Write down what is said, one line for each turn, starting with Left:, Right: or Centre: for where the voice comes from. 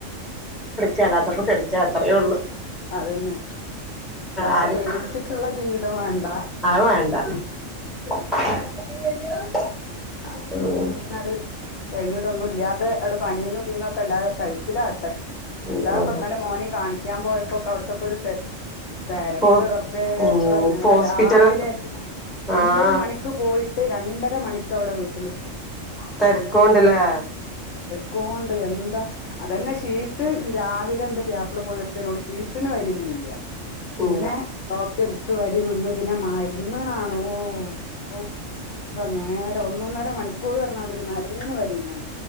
Centre: ചല്ലാത്തോണ്ട് കിടക്ക അത്രേ ഉള്ളൂ.
Left: അതന്നെ ഒരാളെ
Centre: ആർക്കും
Left: പേടിച്ചിട്ടുള്ള ജീവിതം വേണ്ട.
Centre: അത് വേണ്ട <unintelligible>
Left: അപ്പൊ
Centre: ഉം
Left: അങ്ങനെ അത്. കഴിഞ്ഞിട്ടൊന്നും ഇല്ലാതെ ഇട പനീന്നും തീന്നൊക്കെണ്ടായി കഴിച്ചില്ലാട്ടെ.
Centre: ഉം
Left: എന്താപ്പാ ഇന്നലെ മോനയും കാണിക്കാൻ പോയപ്പോക്കെ അവിടത്തൊക്കെ ഒരു തിരക്ക്
Centre: ഇപ്പൊ
Left: റബ്ബേ
Centre: ഉം
Left: എത്ര നേരം
Centre: ഇപ്പൊ ഹോസ്പിറ്റല്
Left: രാവിലെ
Centre: ആഹ്
Left: ഒമ്പത് മണിക്ക് പോയിട്ട് രണ്ടര മണിക്ക് ഒക്കെ ഇവിടെ വീട്ടില്
Centre: തെരക്കോണ്ട് ല്ലേ
Left: ക്കോണ്ട് എന്താ അതന്നെ ഷീട്ട് രാവിലെ എന്റെ പിയ്യാപ്പിള പോയടത്തേനോട് ഷീട്ടിന് വരിന്നില്ല പിന്നെ
Centre: ഇല്ല
Left: ഡോക്ടർ ത്ത് വരി നിന്ന് പിന്നെ മരുന്നുകളാണോ ഔ എത്ര നേര ഒന്നൊന്നര മണിക്കൂർ പറഞ്ഞാൽ അതൊരു മരുന്നിന് വരിന്നിണ്